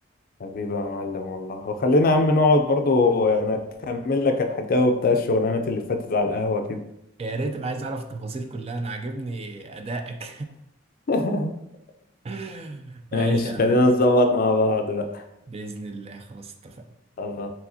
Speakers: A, on the left; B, on the right.
A: حبيبي يا معلم والله وخلينا يا عم نقعد برضو يعني أكمل لك الحكاوي بتاع الشغلانات اللي فاتت على القهوة كده
B: يا ريت انا عايز اعرف التفاصيل كلها انا عاجبني ادائك
A: <laughs>
B: <laughs> ماشي
A: ماشي
B: يا عم.
A: خلينا نظبط مع بعض بقى
B: باذن الله خلاص اتفقنا
A: الله